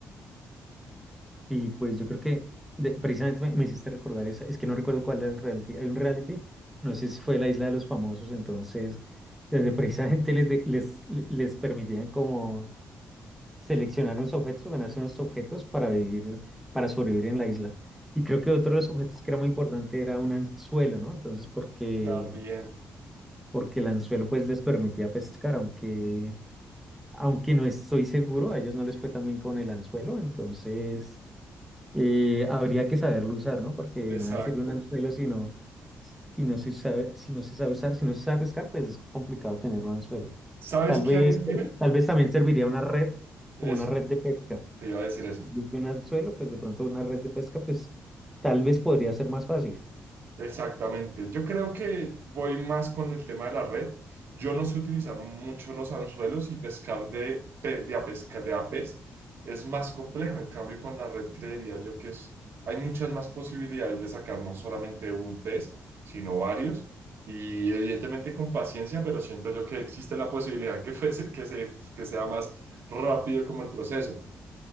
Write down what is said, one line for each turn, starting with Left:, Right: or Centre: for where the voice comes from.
Centre: Y pues yo creo que de- precisamente me, me hiciste recordar esa. Es que no recuerdo cuál era el reality. Hay un reality, no sé si fue la Isla de los Famosos, entonces, donde precisamente les, de- les, les permitían como seleccionar unos objetos o ganarse unos objetos para vivir, para sobrevivir en la isla. Y creo que otro de los objetos que era muy importante era un anzuelo, ¿no? Entonces, porque
Right: También,
Centre: porque el anzuelo pues les permitía pescar, aunque, aunque no estoy seguro, a ellos no les fue tan bien con el anzuelo, entonces eh, habría que saberlo usar, ¿no? Porque de
Right: exacto.
Centre: nada sirve un anzuelo si no, si no se sabe, si no se sabe usar, si no se sabe pescar, pues es complicado tener un anzuelo.
Right: ¿Sabes
Centre: Tal
Right: qué
Centre: vez,
Right: haría? Dime,
Centre: tal vez también serviría una red,
Right: eso,
Centre: como una red de pesca.
Right: te iba a decir eso.
Centre: En vez de Un anzuelo, pues de pronto una red de pesca, pues tal vez podría ser más fácil.
Right: Exactamente. Yo creo que voy más con el tema de la red. Yo no sé utilizar mucho los anzuelos y pescar de, pe- de, a pesca, de a pez es más complejo. En cambio, con la red creería yo que es, hay muchas más posibilidades de sacar no solamente un pez, sino varios. Y evidentemente con paciencia, pero siento yo que existe la posibilidad que fuese, que se, que sea más rápido como el proceso.